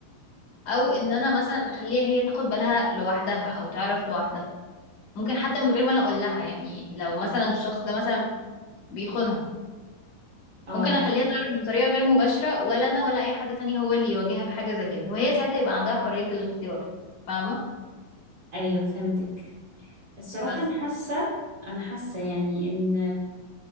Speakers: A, on the left; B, on the right.
A: او ان انا مثلا اخليها هي تاخد بالها لوحدها او تعرف لوحدها ممكن حتى من غير ما انا اقول لها يعني لو مثلا الشخص ده مثلا بيخونها
B: اه
A: ممكن اخليها تعرف بطريقه غير مباشره ولا انا ولا اي حد تاني هو اللي يواجهها بحاجه زي كده وهي ساعتها يبقى عندها حريه الاختيار فاهمه
B: ايوه فهمتك الصراحة
A: بس
B: أنا حاسة أنا حاسة يعني إن